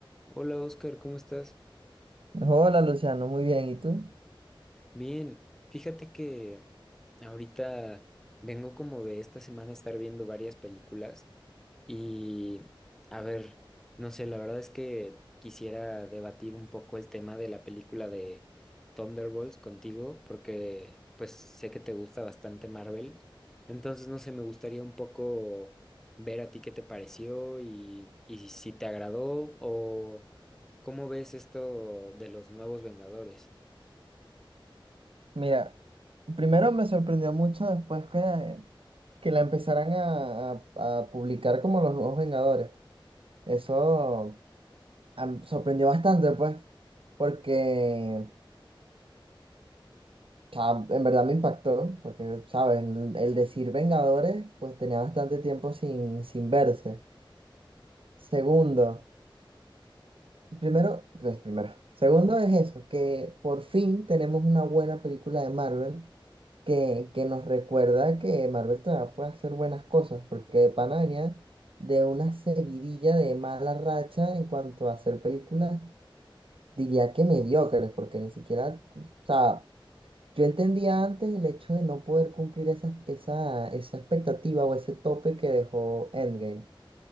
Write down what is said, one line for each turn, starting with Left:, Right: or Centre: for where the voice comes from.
Centre: Hola Oscar, ¿cómo estás?
Right: Hola Luciano, muy bien. ¿Y tú?
Centre: Bien, fíjate que ahorita vengo como de esta semana estar viendo varias películas y a ver, no sé, la verdad es que quisiera debatir un poco el tema de la película de Thunderbolts contigo porque pues sé que te gusta bastante Marvel, entonces no sé, me gustaría un poco ver a ti qué te pareció y, y si te agradó o cómo ves esto de los nuevos Vengadores.
Right: Mira, primero me sorprendió mucho después que, que la empezaran a, a- a publicar como los nuevos Vengadores. Eso am- sorprendió bastante, pues, porque o sea, en verdad me impactó, porque, ¿sabes? El, el decir Vengadores, pues tenía bastante tiempo sin, sin verse. Segundo, primero, pues primero. Segundo es eso, que por fin tenemos una buena película de Marvel que, que nos recuerda que Marvel todavía puede hacer buenas cosas, porque de pana venía de una seguidilla de mala racha en cuanto a hacer películas, diría que mediocres, porque ni siquiera, o sea, yo entendía antes el hecho de no poder cumplir esa, esa, esa expectativa o ese tope que dejó Endgame,